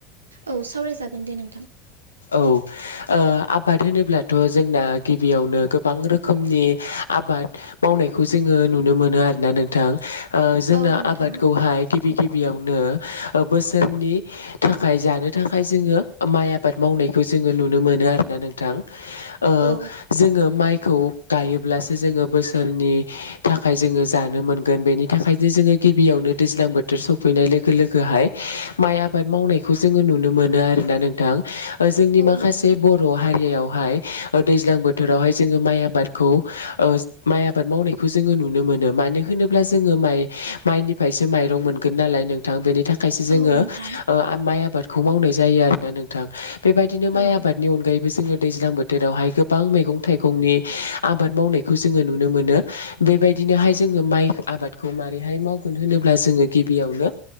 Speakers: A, on the right; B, on the left.
A: औ सावरायजागोन दे नोंथां।
B: औ। ओ आबाद होनोब्लाथ' जोंना गिबियावनो गोबां रोखोमनि आबाद माव मावनाय जोङो नुनो मोनो आरोना नोंथां ओ जोंना
A: औ नोंथां
B: आबादखौहाय गिबि गिबियावनो बोसोरनि थाखाय जानो थाखाय जोङो माइ आ बाद मावनायखौ जोङो नुनो मोनो आरोना नोंथां ओ
A: औ
B: जोङो माइ खौ गायोब्लासो जोङो बोसोरनि थाखाय जोङो जानो मोनगोन बेनि थाखायनो जोङो गिबियावनो दैज्लां बोथोर सफैनाय लोगो लोगोहाय माइ आबाद मावनायखौ जोङो नुनो मोनो आरो। ना नोंथां? हो जोंनि
A: औ
B: माखासे
A: नोंथां
B: बर' हारियाव हाय दैज्लां बोथोरावहाय जोङो माइ आबादखौ ओ माइ आबाद मावनायखौ जोङो नुनो मोन मोनो मानो होनोब्ला जोङो माइ माइनिफ्रायसो माइरं मोनगोन नालाय नोंथां बेनि थाख खायसे जोङो
A: औ नोंथां
B: ओ माइ आबादखौ मावनाय जायो आरोना नोंथां। बेबायदिनो माइ
A: औ
B: आबादनि अनगायैबो जोङो दैज्लां बोथोरावहाय गोबां मैगं थाइगंनि आबाद मावनायखौ जोङो नुनो मोनो बेबायदि बिदिनोहाय जों माइ आबादखौ मारैहाय मावगोन होनोबा जोङो गिबियावनो